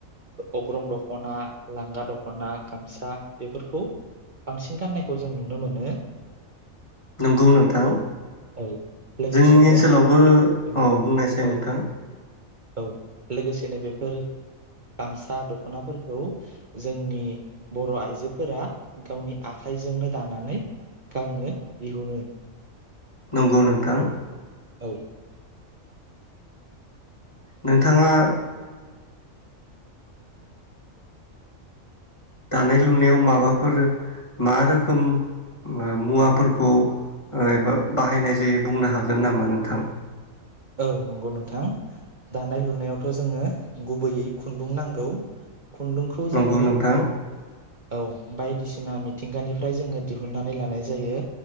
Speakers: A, on the right; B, on the left.
A: अग्रंन दख'ना लांगा दख'ना गामसा बेफोरखौ बांसिन गाननायखौ जों नुनो मोनो
B: नंगौ नोंथां
A: औ लोगोसेनो
B: जोंनि ओनसोलावबो
A: बे- औ
B: बुंनायसै
A: औ
B: नोंथां
A: औ लोगोसेनो बेफोर गामसा दखनाफोरखौ जोंनि बर' आइजोफोरा गावनि आखाइजोंनो दानानै गावनो दिहुनो
B: नंगौ नोंथां
A: औ
B: नोंथाङा दानाय लुनायाव माबाफोर मा रोखोम मुवाफोरखौ एबा बाहायनाय जायो बुंनो हागोन नामा नोंथां
A: औ नंगौ नोंथां दानाय लुनायावथ' जोङो गुबैयै खुन्दुं नांगौ खुन्दुंखौ जोङो
B: नंगौ नोंथां
A: औ बायदिसिना मिथिंगानिफ्राय जोङो दिहुननानै लानाय जायो